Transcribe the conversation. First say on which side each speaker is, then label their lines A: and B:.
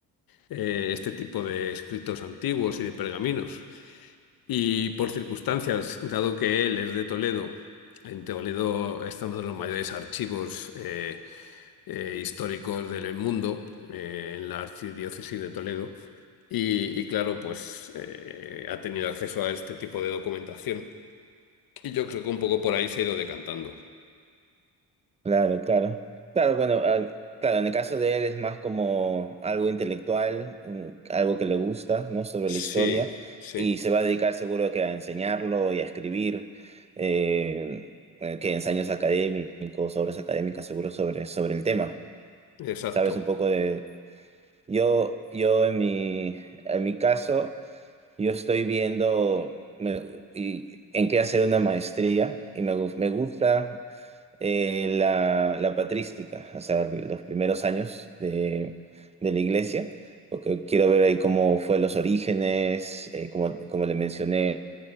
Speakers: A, on the left (about 65°); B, on the right (about 15°).
A: eh, este tipo de escritos antiguos y de pergaminos. Y por circunstancias, dado que él es de Toledo, en Toledo está uno de los mayores archivos eh, eh, históricos del mundo, eh, en la archidiócesis de Toledo, y, y claro, pues eh, ha tenido acceso a este tipo de documentación. Y yo creo que un poco por ahí se ha ido decantando.
B: claro, claro. Claro, bueno, ah, claro, en el caso de él es más como algo intelectual, mm, algo que le gusta, ¿no? Sobre la historia,
A: Sí, sí,
B: y se va a dedicar seguro que a enseñarlo y a escribir. eh, eh, que ensayos académicos, obras académicas, seguro sobre, sobre el tema.
A: exacto.
B: ¿Sabes un poco de... Yo, yo en mi, en mi caso, Yo estoy viendo me- y- en qué hacer una maestría y me, gu- me gusta eh, la, la patrística, o sea, los primeros años de, de la iglesia, porque quiero ver ahí cómo fue los orígenes, eh, como, como le mencioné,